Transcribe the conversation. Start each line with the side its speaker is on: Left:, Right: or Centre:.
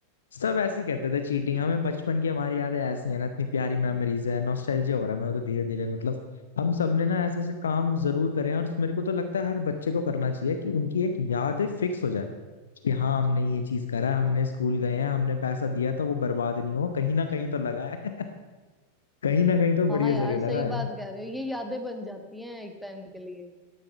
Left: सब ऐसे ही कहते थे चीटिंग हमें बचपन की हमारी यादें ऐसी हैं ना इतनी प्यारी मेमोरीज है नॉस्टैल्जिया हो रहा है मेरे को तो धीरे धीरे मतलब हम सबने ना ऐसे ऐसे काम जरूर करें और मेरे को तो लगता है हर बच्चे को करना चाहिए कि उनकी एक याद फिक्स हो जाए कि हाँ हमने ये चीज करा है, हमने
Centre: हाँ
Left: स्कूल गए हैं हमने पैसा दिया तो वो बर्बाद नहीं हो कहीं ना कहीं तो लगा है <laughs> कहीं ना कहीं तो बढ़िया
Centre: हाँ यार
Left: जगह
Centre: सही
Left: लगा है
Centre: बात कह रहे हो ये यादें बन जाती हैं एक टाइम के लिए